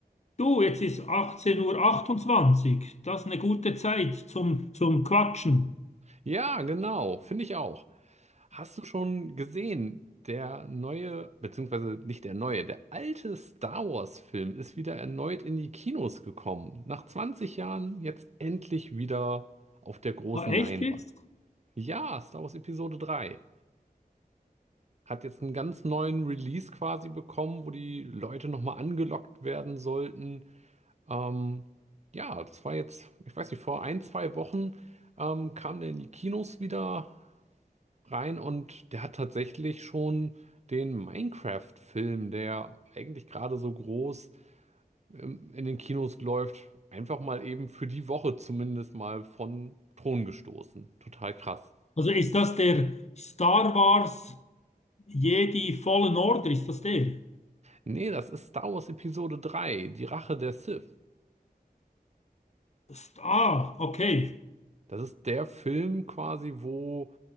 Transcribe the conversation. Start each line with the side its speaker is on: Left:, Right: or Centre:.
Left: Du, jetzt ist 18.28 Uhr. achtundzwanzig. Das ist eine gute Zeit zum, zum Quatschen.
Right: ja, genau, finde ich auch. Hast du schon gesehen, der neue, beziehungsweise nicht der neue, der alte Star Wars-Film ist wieder erneut in die Kinos gekommen. Nach 20 Jahren jetzt endlich wieder auf der großen
Left: Ah, echt
Right: Leinwand.
Left: jetzt?
Right: Ja, Star Wars Episode 3 hat jetzt einen ganz neuen Release quasi bekommen, wo die Leute nochmal angelockt werden sollten. Ähm, ja, das war jetzt, ich weiß nicht, vor ein, zwei Wochen ähm, kam der in die Kinos wieder rein und der hat tatsächlich schon den Minecraft-Film, der eigentlich gerade so groß ähm, in den Kinos läuft, einfach mal eben für die Woche zumindest mal von Thron gestoßen. Total krass.
Left: Also ist das der Star Wars Jedi Fallen Order? Ist das der?
Right: Nee, das ist Star Wars Episode drei, die Rache der Sith.
Left: Ist- Ah, okay.
Right: Das ist der Film quasi, wo